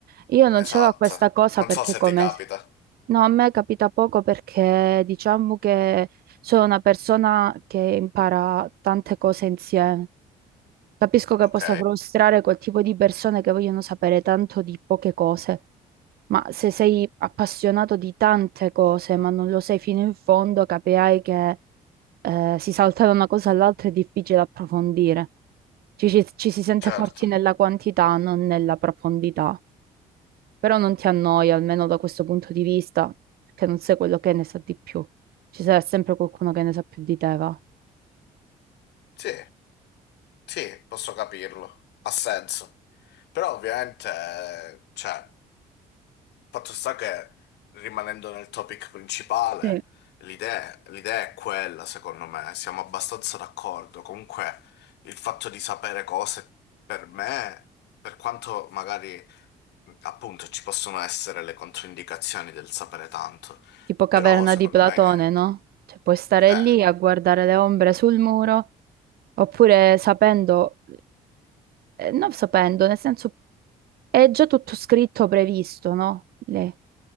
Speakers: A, on the right; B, on the left.
A: Io non
B: Esatto.
A: c'avevo questa cosa
B: Non
A: perché
B: so se
A: come...
B: ti capita.
A: No, a me capita poco perché diciamo che sono una persona che impara tante cose insieme. Capisco che
B: Ok,
A: possa frustrare quel tipo di persone che vogliono sapere tanto di poche cose, ma se sei appassionato di tante cose ma non lo sei fino in fondo, capirai che eh, si salta da una cosa all'altra è difficile approfondire. Ci, ci- ci si sente
B: certo.
A: forti nella quantità, non nella profondità. Però non ti annoia, almeno da questo punto di vista, che non sei quello che ne sa di più. Ci sarà sempre qualcuno che ne sa più di te, va.
B: Sì, sì, posso capirlo. Ha senso. Però ovviamente, eh, cioè, fatto sta che rimanendo nel topic principale,
A: Sì.
B: l'idea l'idea è quella, secondo me. Siamo abbastanza d'accordo. Comunque, il fatto di sapere cose per me, per quanto magari Appunto, ci possono essere le controindicazioni del sapere tanto,
A: Tipo Caverna
B: però secondo
A: di Platone,
B: me
A: no? Cioè, puoi stare
B: eh,
A: lì a guardare le ombre sul muro, oppure sapendo, eh, non sapendo, nel senso è già tutto scritto, previsto, no? Lì.